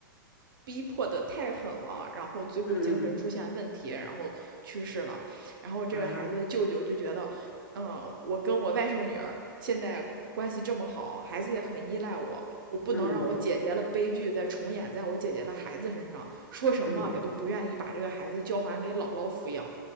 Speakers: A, on the right; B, on the left.
A: 逼迫的太狠了，然后最后精神出现问题，
B: 嗯嗯嗯嗯
A: 然后去世了。然后这个孩子的舅舅就觉得，
B: 嗯啊，
A: 嗯，我跟我外甥女儿现在关系这么好，孩子也很依赖我，我不能让我姐姐的悲剧再重演在我姐姐的孩子身上。
B: 嗯嗯
A: 说什么也都不愿意把这个孩子交还给姥姥抚养。
B: 嗯嗯